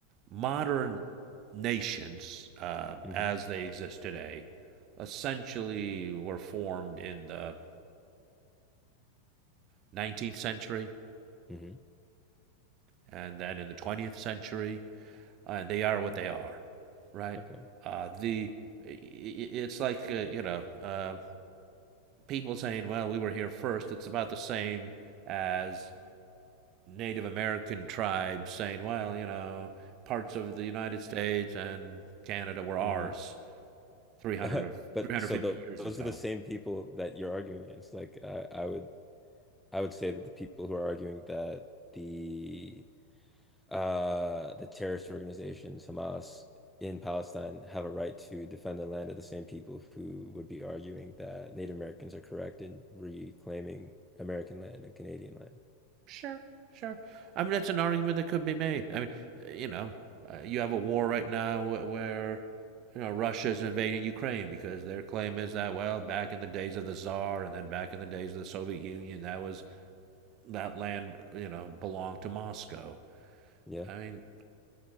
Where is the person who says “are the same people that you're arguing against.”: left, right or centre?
Centre